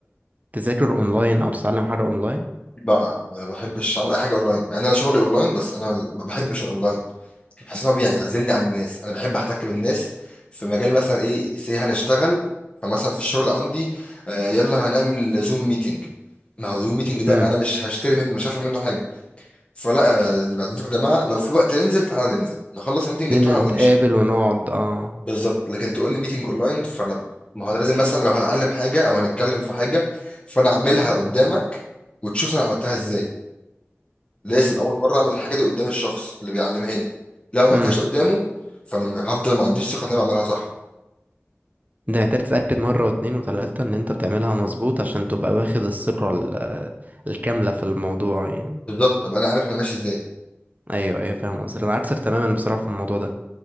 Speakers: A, on the right; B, on the left.
A: تذاكر اونلاين او تتعلم حاجه اونلاين
B: لا ما بحبش اعمل اي حاجه اونلاين مع ان انا شغلي اونلاين بس انا ما بحبش الاونلاين بحس ان هو بيعزلني عن الناس انا بحب احتك بالناس في مجال مثلا ايه سي هنشتغل فمثلا في الشغل عندي آه، يلا هنعمل زوم ميتنج ما هو زوم ميتنج ده
A: امم
B: انا مش هشتري منه مش هفهم منه حاجه فلا آه، بعد اذنكم يا جماعه لو في وقت ننزل تعالى ننزل نخلص الميتنج
A: ننزل
B: بتاعنا ونمشي
A: نتقابل ونقعد اه
B: بالظبط لكن تقول لي ميتنج اونلاين فانا ما هو انا لازم مثلا لو هتعلم حاجه او هنتكلم في حاجه فانا اعملها قدامك وتشوف انا عملتها ازاي لازم اول مره اعمل الحاجه دي قدام الشخص اللي بيعلمها لي لو ما عملتهاش
A: امم
B: قدامه فانا م- هفضل ما عنديش ثقه ان انا بعملها صح
A: انت محتاج تتأكد مرة واتنين وتلاتة ان انت بتعملها مظبوط عشان تبقى واخد الثقة ال- آه، الكاملة في الموضوع يعني
B: بالظبط ابقى انا عارف انا ماشي ازاي
A: ايوه ايوه فاهم قصدك انا عكسك تماما بصراحة في الموضوع ده